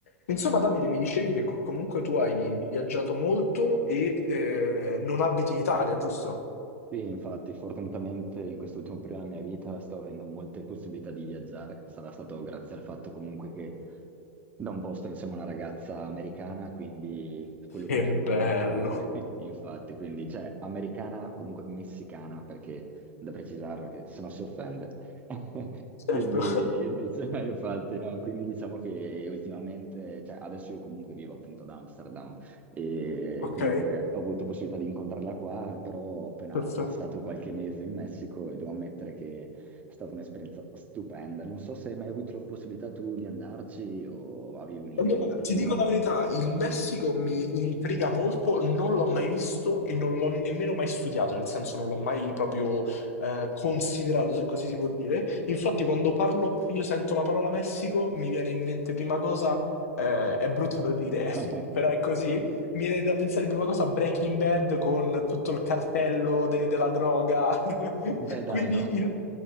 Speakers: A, on the left; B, on the right.
A: Insomma, Davide, mi dicevi che comunque tu hai viaggiato molto e eh, non abiti in Italia, giusto?
B: Sì, infatti, fortunatamente in quest'ultimo periodo della mia vita sto avendo molte possibilità di viaggiare. Sarà stato grazie al fatto comunque che da un po' sto insieme a una ragazza americana, quindi quello
A: Che
B: che è
A: bello,
B: Europa, <laughs> infatti, quindi cioè americana, comunque messicana, perché da precisarlo che se no si offende. <laughs>
A: certo.
B: Quindi
A: <laughs>
B: diciamo, infatti, no, quindi diciamo che ultimamente, cioè adesso io comunque vivo appunto ad Amsterdam e
A: Ok,
B: comunque ho avuto possibilità di incontrarla qua, però ho appena
A: perfetto.
B: passato qualche mese in Messico e devo ammettere che è stata un'esperienza stupenda. Non so se hai mai avuto la possibilità tu di andarci o avevi un'idea
A: Allora,
B: in futuro.
A: ti dico la verità, il Messico mi intriga molto, non l'ho mai visto e non l'ho nemmeno mai studiato, nel senso non l'ho mai proprio eh, considerato, se così si può dire. Infatti, quando parlo, io sento la parola Messico, mi viene in mente prima cosa, eh, è brutto da dire,
B: <laughs>
A: <laughs> però è così, mi viene da pensare prima cosa a Breaking Bad con tutto il cartello de- della droga. <laughs>
B: Beh, dai,
A: Quindi
B: non,
A: il-